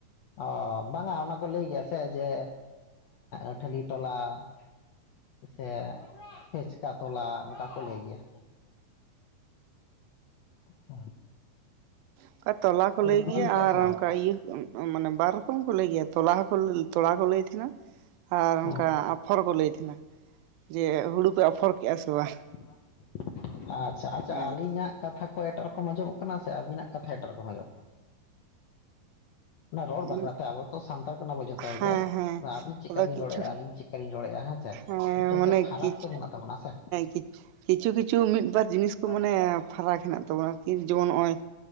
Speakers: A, on the left; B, on the right.
A: ᱚ ᱵᱟᱝᱟ ᱚᱱᱟ ᱠᱚ ᱞᱟᱹᱭ ᱜᱮᱭᱟ ᱥᱮ ᱡᱮ ᱟᱹᱴᱷᱞᱤ ᱛᱚᱞᱟ᱾ ᱥᱮ ᱯᱷᱮᱪᱠᱟ ᱛᱚᱞᱟ ᱚᱱᱠᱟ ᱠᱚ ᱞᱟᱹᱭ ᱜᱮᱭᱟ᱾ ᱦᱮᱸ <unintelligible>
B: ᱚᱱᱠᱟ ᱛᱚᱞᱟ ᱠᱚ ᱞᱟᱹᱭ
A: ᱜᱤᱰᱤ
B: ᱜᱮᱭᱟ,
A: ᱠᱮᱜᱼᱟ
B: ᱟᱨ
A: ᱥᱮ ᱵᱟᱝ?
B: ᱚᱱᱠᱟ ᱤᱭᱟᱹ ᱢᱟᱱᱮ ᱵᱟᱨ ᱨᱚᱠᱚᱢ ᱠᱚ ᱞᱟᱹᱭ ᱜᱮᱭᱟ ᱛᱚᱞᱟ ᱦᱚᱸ ᱠᱚ ᱛᱚᱲᱟ ᱠᱚ ᱞᱟᱹᱭ ᱛᱤᱱᱟᱹᱜ ᱟᱨ
A: ᱦᱩᱸ
B: ᱚᱱᱠᱟ ᱟᱯᱷᱚᱨ ᱠᱚ ᱞᱟᱹᱭ ᱛᱟᱦᱮᱱᱟ᱾ ᱡᱮ ᱦᱩᱲᱩ ᱯᱮ ᱚᱯᱷᱚᱨ ᱠᱮᱜᱼᱟ᱾ ᱥᱮ ᱵᱟᱝ?
A: ᱚ ᱟᱪᱪᱷᱟ ᱟᱪᱪᱷᱟ
B: ᱦᱮᱸ
A: ᱟᱹᱞᱤᱧᱟᱜ
B: ᱟᱨᱠᱤ
A: ᱠᱟᱛᱷᱟ ᱠᱚ ᱮᱴᱟᱜ ᱨᱚᱠᱚᱢ ᱚᱸᱡᱚᱢᱚᱜ ᱠᱟᱱᱟ᱾ ᱥᱮ ᱟᱹᱵᱤᱱᱟᱜ ᱠᱟᱛᱷᱟ ᱮᱴᱟᱜ ᱨᱚᱠᱚᱢ ᱟᱸᱡᱚᱜ ᱠᱟᱱᱟ᱾ ᱚᱱᱟ ᱨᱚᱲ ᱵᱟᱠᱷᱨᱟᱛᱮ,
B: ᱢᱟᱱᱮ
A: ᱟᱵᱚ ᱛᱚ ᱥᱟᱱᱛᱟᱲ ᱠᱟᱱᱟᱵᱚᱱ ᱡᱚᱛᱚ ᱦᱚᱲ
B: ᱦᱮᱸ
A: ᱜᱮ,
B: ᱦᱮᱸ
A: ᱟᱹᱵᱤᱱ ᱪᱤᱫᱠᱟ
B: ᱟᱫᱚ
A: ᱵᱤᱱ
B: ᱠᱤᱪᱷᱩ
A: ᱨᱚᱲᱮᱫᱼᱟ ᱟᱹᱞᱤᱧ ᱪᱮᱠ ᱠᱟ ᱞᱤᱧ ᱨᱚᱲᱮᱫᱼᱟ ᱦᱮᱸᱥᱮ
B: ᱦᱮᱸ
A: ᱢᱤᱫᱴᱟᱝ
B: ᱢᱟᱱᱮ
A: ᱛᱚ ᱯᱷᱟᱨᱟᱠ
B: ᱠᱤᱪ
A: ᱛᱚ ᱢᱮᱱᱟᱜ ᱛᱟᱵᱚᱱᱟ ᱦᱮᱸ ᱥᱮ᱾
B: ᱠᱤᱪ ᱠᱤᱪᱷᱩ ᱠᱤᱪᱷᱩ
A: <unintelligible>
B: ᱢᱤᱫ ᱵᱟᱨ ᱡᱤᱱᱤᱥ ᱢᱟᱱᱮ ᱯᱷᱟᱨᱟᱠ ᱢᱮᱱᱟᱜᱮ ᱛᱟᱵᱚᱱᱟ ᱟᱨᱠᱤ ᱡᱮᱢᱚᱱ ᱱᱚᱜᱼᱚᱭ